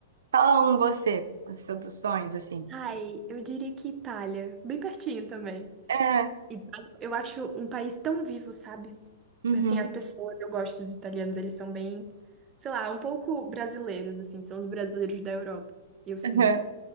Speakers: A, on the right (about 85°); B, on the right (about 20°).
A: Fala um você, os seus sonhos, assim.
B: Ai, eu diria que Itália. Bem pertinho também.
A: É.
B: Itália, eu acho um país tão vivo, sabe?
A: Uhum.
B: Assim, as pessoas, eu gosto dos italianos, eles são bem, sei lá, um pouco brasileiros, assim, são os brasileiros da Europa. Eu sinto.
A: <laughs> uhum.